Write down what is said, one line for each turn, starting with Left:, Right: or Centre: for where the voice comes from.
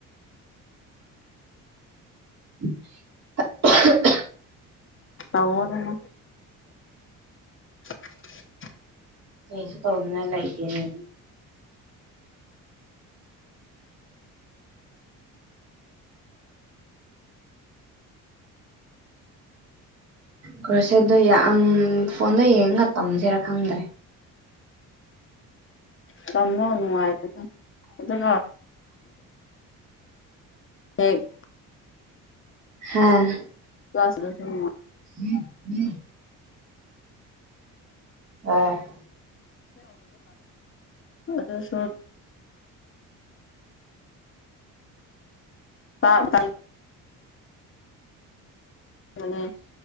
Right: <unintelligible>
Left: ꯇꯧꯋꯣꯗꯨꯅ <unintelligible>
Right: ꯀꯩꯁꯨ ꯇꯧꯅꯤꯉꯥꯏ ꯂꯩꯇꯦꯅꯦ ꯀꯔꯁꯦ ꯗꯨ ꯌꯥꯝ ꯐꯣꯟꯗꯣ ꯌꯦꯡꯉꯒ ꯇꯝꯁꯤꯔꯥ ꯈꯪꯗ꯭ꯔꯦ
Left: ꯇꯝꯃꯣ ꯅꯨꯉꯥꯏꯕꯅꯦ ꯑꯗꯨꯒ ꯍꯩ
Right: ꯍꯥꯥ
Left: <inaudible>
Right: <unintelligible> ꯇꯥꯏ
Left: <inaudible> ꯑꯗꯨꯁꯨ ꯇꯥꯒꯅꯤ <inaudible>